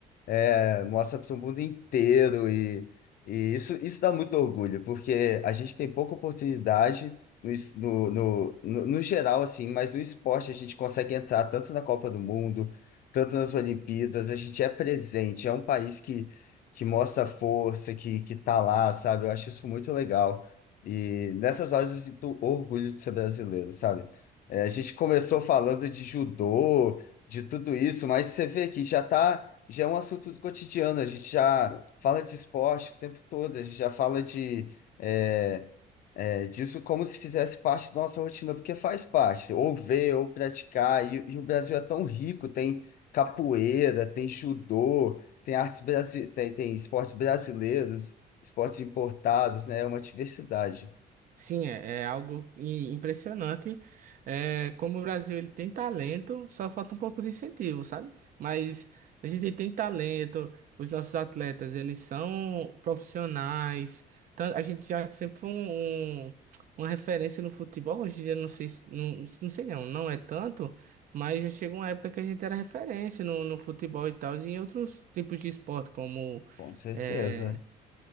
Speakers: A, on the left; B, on the right.
A: é, mostra para o mundo inteiro e, e isso, isso dá muito orgulho, porque a gente tem pouca oportunidade no, es- no, no, no, no geral, assim, mas no esporte a gente consegue entrar tanto na Copa do Mundo, tanto nas Olimpíadas, a gente é presente, é um país que, que mostra força, que, que tá lá, sabe? Eu acho isso muito legal. E nessas horas eu sinto orgulho de ser brasileiro, sabe? É, a gente começou falando de judô, de tudo isso, mas você vê que já tá já é um assunto do cotidiano, a gente já fala de esporte o tempo todo, a gente já fala de, é, é, disso como se fizesse parte da nossa rotina, porque faz parte, ou ver, ou praticar, e, e o Brasil é tão rico, tem capoeira, tem judô, tem artes brasi tem, tem esportes brasileiros, esportes importados, né? É uma diversidade,
B: Sim, é, é algo i- impressionante. É, como o Brasil ele tem talento, só falta um pouco de incentivo, sabe? Mas a gente tem talento, os nossos atletas eles são profissionais. Então, a gente já sempre foi um, um- uma referência no futebol. Hoje em dia não sei, se- não, não sei não, não é tanto, mas já chegou uma época que a gente era referência no, no futebol e tal, e em outros tipos de esporte, como
A: com certeza.
B: é,